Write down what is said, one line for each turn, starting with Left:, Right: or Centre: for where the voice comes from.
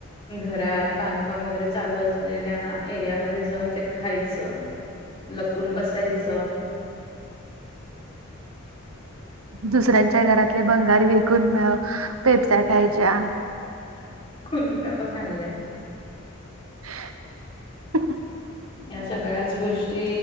Left: घरात बांधकाम वगैरे चालू असलेल्या एरियामध्ये जाऊन ते खायचं पण बसायचं
Right: दुसऱ्यांच्या घरातले भंगार विकून पेपच्या्या खायच्या
Left: कुल्प्या पण खाल्ल्यात
Right: <inaudible>
Left: या सगळ्याच गोष्टी